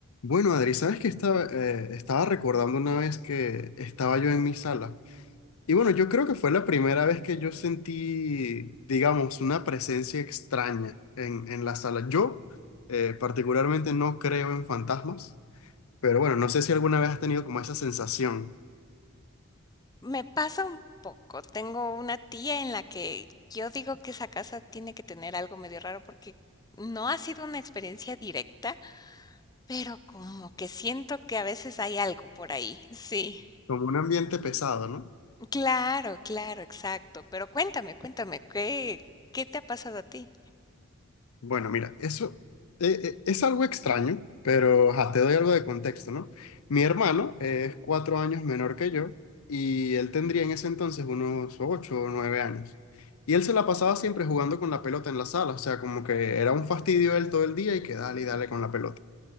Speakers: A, on the left (about 80°); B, on the left (about 20°).
A: Bueno, Adri, sabes que estaba, eh, estaba recordando una vez que estaba yo en mi sala. Y bueno, yo creo que fue la primera vez que yo sentí, digamos, una presencia extraña en, en la sala. Yo eh, particularmente no creo en fantasmas, pero bueno, no sé si alguna vez has tenido como esa sensación,
B: Me pasa un poco. Tengo una tía en la que yo digo que esa casa tiene que tener algo medio raro porque no ha sido una experiencia directa, pero como que siento que a veces hay algo por ahí. Sí.
A: como un ambiente pesado, ¿no?
B: Claro, claro, exacto. Pero cuéntame, cuéntame, ¿qué, qué te ha pasado a ti?
A: Bueno, mira, eso eh, eh, es algo extraño, pero ajá, te doy algo de contexto, ¿no? Mi hermano es cuatro años menor que yo y él tendría en ese entonces unos ocho o nueve años. Y él se la pasaba siempre jugando con la pelota en la sala, o sea, como que era un fastidio él todo el día y que dale y dale con la pelota.